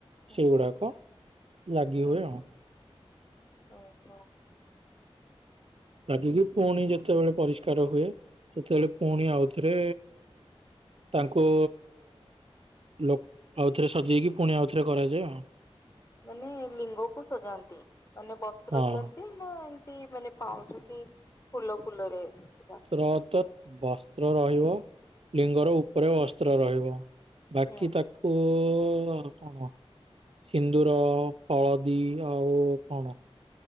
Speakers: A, on the left; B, on the right.
A: ହୁଁ
B: ସେଇଗୁଡାକ ଲାଗି
A: ହୁଁ
B: ହୁଏ
A: ହୁଁ
B: ଆଉ
A: ଓହୋ।
B: ଲାଗିକି ପୁଣି ଯେତେବେଳେ ପରିଷ୍କାର ହୁଏ ସେତେବେଳେ ପୁଣି ଆଉଥରେ ତାଙ୍କୁ ଲୋକ ଆଉଥରେ ସଜେଇକି ପୁଣି ଆଉଥରେ କରାଯାଏ ଆଉ
A: ମାନେ ଲିଙ୍ଗକୁ ସଜାନ୍ତି ମାନେ ବସ୍ତ୍ର
B: ହଁ
A: ଦିଅନ୍ତି। ନା ଏମତି ମାନେ ପାଉଛି କି ଫୁଲ ଫୁଲରେ। ସଜାନ୍ତି
B: ବ୍ର ତ ବସ୍ତ୍ର ରହିବ ଲିଙ୍ଗର ଉପରେ ବସ୍ତ୍ର ରହିବ। ବାକି
A: ହୁଁ
B: ତାକୁ ତ କଣ ସିନ୍ଦୁର ହଳଦୀ ଆଉ କଣ?